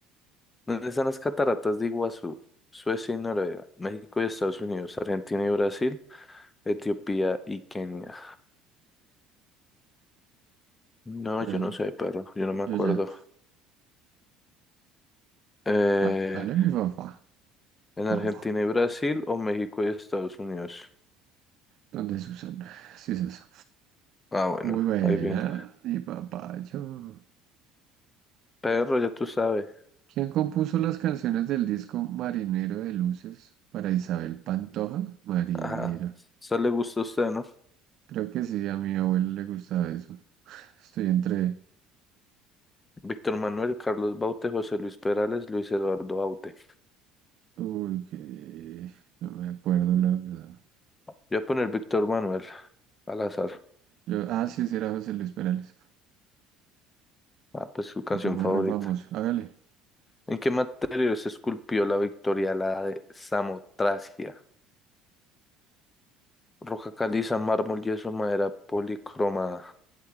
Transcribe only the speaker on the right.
Ya,
ya.
Yo ya.
Ah, Hágale, mi papá.
Papá.
¿Dónde es Susana? Sí, es eso.
Muy buena,
mi papacho.
¿Quién compuso las canciones del disco Marinero de Luces para Isabel Pantoja? Marinero.
Creo que sí, a mi abuelo le gustaba eso. <laughs> Estoy entre...
Uy, que... No me acuerdo la verdad.
Yo... Ah, sí, sí era José Luis Perales.
Ese más
re famoso. Hágale.